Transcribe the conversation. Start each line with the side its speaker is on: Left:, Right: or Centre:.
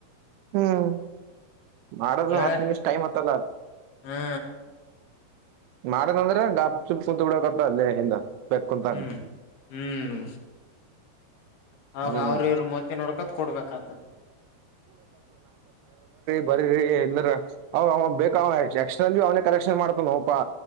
Right: ಹ್ಮ್ ಮಾಡದು
Left: ಹೇಳಟ್
Right: ಹತ್ತು ನಿಮಿಷ ಟೈಮ್ ಹತಲ್ಲಾ.
Left: ಹಾ
Right: ಮಾಡದಂದ್ರೆ ಗಪ್ ಚುಪ್ ಕುೂತ್ಬಿಡಕತ್ತ ಅಲ್ಲೇ ಹಿಂದ. ಬೆಕ್ ಕುಂತಾನ
Left: ಹ್ಮ್ ಹ್ಮ್ ಅವಾಗ
Right: ಹ್ಮ್
Left: ಅವ್ರ ಇವರು ಮುತ್ತಿ ನೋಡ್ಕೋತ್. ಕೊಡ್ಬೇಕತ್ ದ್
Right: ಬರ ಎಲ್ಲ ಅವ ಅವ ಬೇಕ ಅವ ಎಕ್ಸ್ಟರ್ನಲ್ ಅವನೇ ಕರೆಕ್ಷನ್ ಮಾಡ್ತಾನೋಪಾ.